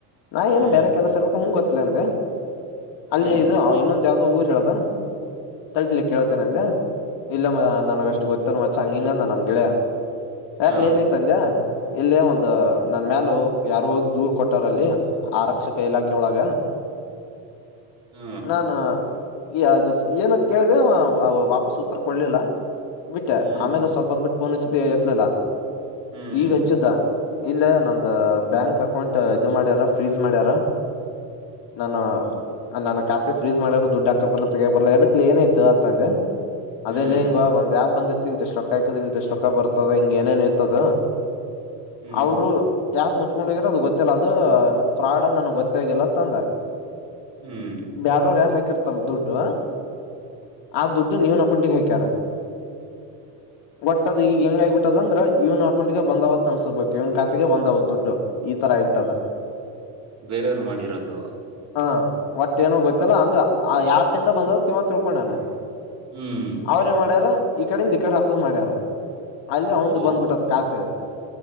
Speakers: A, on the left; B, on the right.
A: ನಾ
B: ಹ್ಮ್
A: ಏನು ಬೇರೆ ಕೆಲಸ ಇರ್ಬೇಕ ಅಂತ ಗೊತ್ತಿಲ್ಲ ಅಂದೆ
B: ಹ್ಮ್
A: ಅಲ್ಲಿ ಇದು ಇನ್ನೊಂದು. ಯಾವ್ದೋ ಊರ್ ಹೇಳದ ತಾಡ್ಲೆ ಕೇಳ್ತೇನೀ ಅಂದೇ. ಇಲ್ಲ ಮ ನನಗಷ್ಟು ಗೊತ್ತಲ್ ಮಚ್ಚ ಹಂಗ ಹಿಂಗಂದ ನಮ್ಮ ಗೆಳಯಾ ಯಾಕ್ಲ
B: ಹಾ
A: ಏನ ಐತೆ ಅಂದೆ. ಇಲ್ಲೇ ಒಂದು ನನ್ ಮೇಾಲ ಯಾರು ಹೋಗಿ ದೂರ್ ಕೊಟ್ಟಾರ ಅಲ್ಲಿ ಆರಕ್ಷಕ ಇಲಾಖೆ. ಕೆ ಒಳಗ
B: ಹ್ಮ
A: ನಾನು. ಈ ಅದು ಏನಂತ ಕೇಳ್ದ ವಾಪಸ್ ಉತ್ತರ ಕೊಡ್ಲಿಲ್ಲ. ಬಿಟ್ಟ
B: ಹ್ಮ್
A: ಆಮೇಲೆ ಸ್ವಲ್ಪ ಹೊದ್ ಬಿಟ್ಟ ಪೋನ್ಚ್ಚತಿ ಎತ್ಲಲಿಲ್ಲ
B: ಹ್ಮ್
A: ಈಗ ಹಚ್ಚಿದ್ದ. ಇಲ್ಲ ನಮ್ದ ಬ್ಯಾಂಕ್ ಅಕೌಂಟ್ ಇದು ಮಾಡ್ಯಾರ ಫ್ರೀಸ್ ಮಾಡ್ಯಾರ. ನಾನು
B: ಹ್ಮ್
A: ನಾನ ಖಾತೆ ಫ್ರೀಸ್ ಮಾಡ್ಯಾರರು ದುಡ್ಡು ಹಾಕರ್ಲ್ಲ ತೆಗೆಯಕ್ ಬರಲ್ಲ ಅದಕ್ಕ ಏನಾಯ್ತು ಅಂತ ಅಂದೇ.
B: ಹ್ಮ್
A: ಅದೆೇಲ್ಲ ಹಿಂಗ ಒಂದ ಆಪ್ ಬಂದಿತ್ತು ಇಂತಷ್ಟ ರೊಕ್ಕ ಆಕಿದ್ರೆ ಇಂತಷ್ಟ ರೊಕ್ಕ ಬರ್ತದ ಹಿಂಗ ಏನೇನೋ ಇತ್ತು ಅದು
B: ಹ್ಮ್
A: ಅವರು ಯಾಕ ಮುಚ್ಕೊಂಡೋಗ್ರ ಅದು ಗೊತ್ತಿಲ್ಲ ಅದು ಫ್ರಾಡ್ ಅ ನನಗ್ ಗೊತ್ತ. ಗೊತ್ತಾಗಿಲ್ಲ ಅಂತ ಅಂದ.
B: ಹ್ಮ್
A: ಬ್ಯಾರಾಯರು ಯಾರ ಹಾಕಿರ್ತಲ್ಲರ ದುಡ್ಡು. ಆ ದುಡ್ಡು ಇವನ ಅಕೌಂಟಿಗೆ ಹಾಕ್ಯರ.
B: <inaudible>
A: ಒಟ್ಟದ್ ಈಗ ಹೆಂಗ ಆಗ್ಬಬಿಟ್ಟದಂದ್ರ ಇವ್ ಅಕೌಂಟಿಗೆ ಬಂದವತ್ ಅನ್ಸೋಬೇಕು ಇವ್ ಖಾತೆಗೆ ಬಂದವತ್ ದುಡ್ಡು. ಈತರ ಆಗ್ಬಿಟ್ಟದ.
B: ಬೇರೆಯವ್ರು ಮಾಡಿರೋದು.
A: ಹಾ ಒಟ್ ಏನೋ ಗೊತ್ತಿಲ್ಲ ಅಂದ್ರ ಆ ಆಪ್ಯಿಂದ ಬಂದದ್ದ ಅಂತ ಇವಾಗ ತಿಳ್ಕೊಂಡಾನ.
B: ಹ್ಮ್
A: ಅವ್ರರೇ ಮಾಡ್ಯಾರ ಈ ಕಡೆಯಿಂದ ಈ ಕಡೆಗೆ ಮಾಡ್ಯಾರ. ಅಲ್ಲಿ ಅವಂದು
B: ಓ
A: ಬಂದ್ಬಿಟ್ಟದ ಖಾತೆ